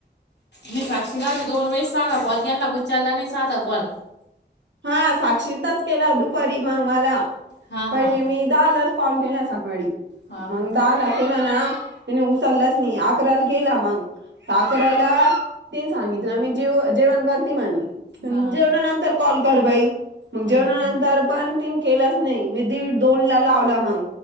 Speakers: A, on the left (about 70°); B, on the right (about 75°).
A: मी साक्षीला आधी दोन वेळेस साधा कॉल केला उचला नाही साधा कॉल
B: हा साक्षींतच केलं दुपारी मग मला
A: हां
B: पहिले
A: हां
B: मी दाल फोन केला सकाळी
A: हां
B: मग
A: हां
B: दहा केला ना तिने उचलाच नाही आकाराला केला मग आकाराला तीन सांगितलं मी जे जेवण जेवल्यानंतर
A: हां का
B: कॉल कर बाई मग
A: हां
B: जेवल्यानंतर
A: हां
B: पण तिनं केलाच मी दिड दोन ला लावला मग